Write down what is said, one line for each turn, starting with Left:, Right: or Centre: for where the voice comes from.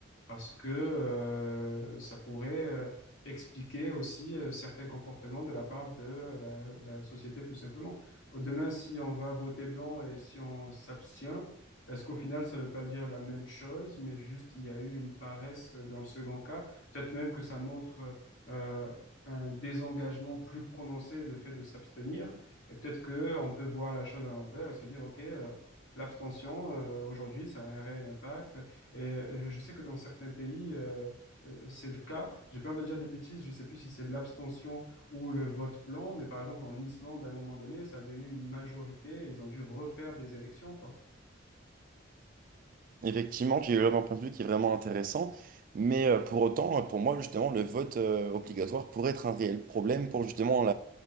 Left: parce que euh, ça pourrait euh, expliquer aussi euh, certains comportements de la part de euh, la, la société, tout simplement. Demain, si on va voter blanc et si on s'abstient, est-ce qu'au final, ça ne veut pas dire la même chose, mais juste il y a eu une paresse dans le second cas? Peut-être même que ça montre euh, un désengagement plus prononcé, le fait de s'abstenir. Et peut-être que on peut voir la chose à l'envers et se dire, OK, euh, l'abstention, euh, aujourd'hui, ça a un réel impact. Et euh, je sais que dans certains pays, euh, euh, c'est le cas. J'ai peur de dire des bêtises, je sais plus si c'est l'abstention ou le vote blanc, mais par exemple en Islande, à un moment donné, ça avait eu une majorité et ils ont dû refaire des élections, quoi.
Right: Effectivement, j'ai eu un point de vue qui est vraiment intéressant. Mais euh, pour autant, euh, pour moi, justement, le vote euh, obligatoire pourrait être un réel problème pour justement